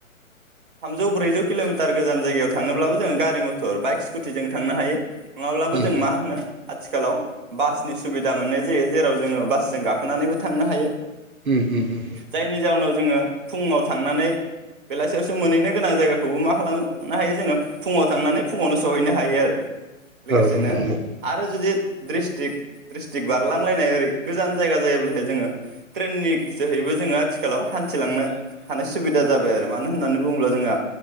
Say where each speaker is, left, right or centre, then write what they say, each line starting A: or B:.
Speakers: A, on the right; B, on the right.
A: थामजौ ब्रैजौ किल'मिटार गोजान जायगायाव थांनोब्लाबो जोङो गारि मथर बाइक स्कुटि जों थांनो हायो नङाब्लाबो
B: उम
A: जों मा होनो आथिखालाव बासनि सुबिदा मोननाय जायो जेराव जोङो बासजों गाखोनानैबो थांनो हायो।
B: उम उम उम
A: जायनि जाउनाव जोङो फुङाव थांनानै बेलासियावसो मोनहैनो गोनां जायगाखौबो मा खालामनो हायो जोङो फुङाव थांनानै फुङावनो सहैनो हायो आरो लोगोसेनो
B: औ नंगौ
A: आरो जुदि डिस्ट्रिक डिस्ट्रिक बारलांलायनाय ओरै गोजान जायगा जायोब्लाथायाय जोङो ट्रेननि जोहैबो जोङो आथिखालाव हानथिलांनो हानाय सुबिदा जाबाय आरो मानो होननानै बुङोब्ला जोंहा